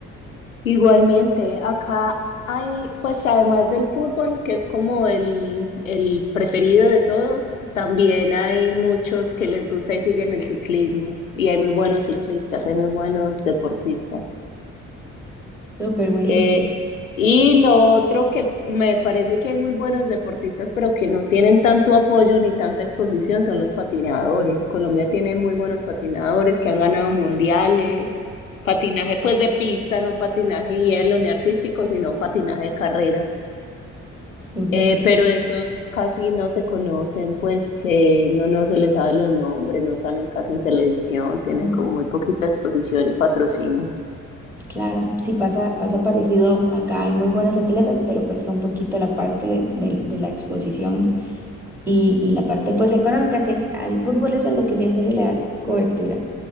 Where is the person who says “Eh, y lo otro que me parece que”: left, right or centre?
Left